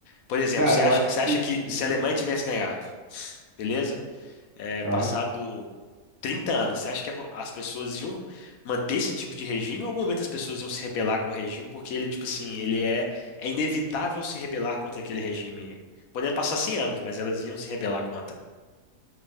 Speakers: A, on the left (about 75°); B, on the right (about 30°).
A: Por exemplo,
B: Cara,
A: você
B: eu
A: acha,
B: acho
A: você
B: que.
A: acha que
B: Uhum,
A: se a Alemanha tivesse ganhado, beleza? É,
B: Tá.
A: passado 30 anos, você acha que as pessoas iam manter esse tipo de regime? Ou em algum momento as pessoas iam se rebelar com o regime? Porque ele, tipo assim, ele é, é inevitável se rebelar contra aquele regime. Poderia passar cem anos, mas elas iam se rebelar contra.